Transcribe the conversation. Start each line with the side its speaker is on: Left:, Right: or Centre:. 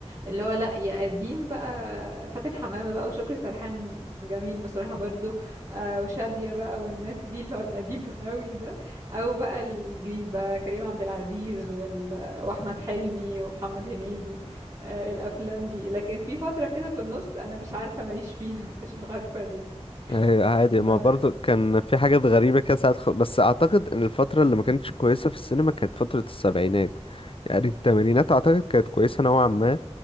Right: اللي هو لا يا قديم بقى فاتن حمامة بقى وشكري سرحان جميل بصراحة برضو آه، وشادية بقى والناس دي اللي هو القديم <laughs> قوي ده أو بقى الجديد بقى كريم عبد العزيز وال... وأحمد حلمي ومحمد هنيدي آه، الأفلام دي لكن في فترة كده في النص أنا مش عارفة ماليش فيها <laughs> مش عارفة ليه
Left: آه، عادي
Right: ما
Left: ما برضو كان في حاجات غريبة كده ساعات خ... بس اعتقد ان الفترة اللي ما كانتش كويسة في السينما كانت فترة السبعينات يعني التمانينات اعتقد كانت كويسة نوعا ما